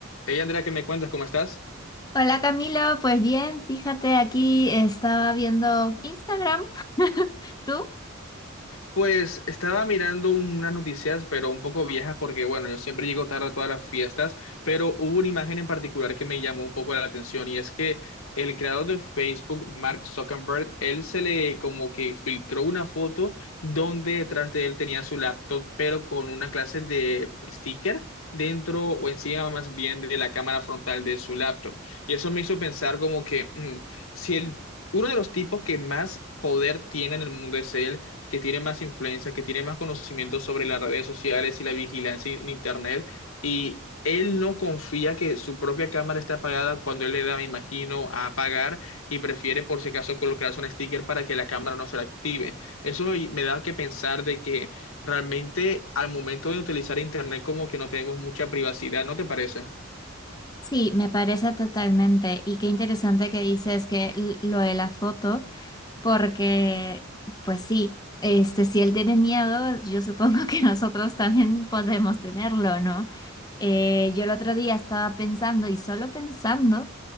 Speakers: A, on the left; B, on the left.
A: Hey Andrea, ¿qué me cuentas? ¿Cómo estás?
B: Hola Camilo, pues bien, fíjate, aquí estaba viendo Instagram. <laughs> ¿Tú?
A: Pues estaba mirando unas noticias, pero un poco viejas, porque bueno, yo siempre llego tarde a todas las fiestas, pero hubo una imagen en particular que me llamó un poco la atención y es que el creador de Facebook, Mark Zuckerberg, él se le como que filtró una foto donde detrás de él tenía su laptop, pero con una clase de sticker dentro o encima más bien de la cámara frontal de su laptop. Y eso me hizo pensar como que mm, si el, uno de los tipos que más poder tiene en el mundo es él, que tiene más influencia, que tiene más conocimiento sobre las redes sociales y la vigilancia en Internet, y él no confía que su propia cámara está apagada cuando él le da, me imagino, a apagar y prefiere por si acaso colocarse un sticker para que la cámara no se la active. Eso me me da que pensar de que realmente al momento de utilizar Internet como que no tenemos mucha privacidad, ¿no te parece?
B: Sí, me parece totalmente. Y qué interesante que dices que l- lo de la foto, porque, pues sí, este, si él tiene miedo, yo supongo que <laughs> nosotros también podemos tenerlo, ¿no? Eh, yo el otro día estaba pensando y solo pensando.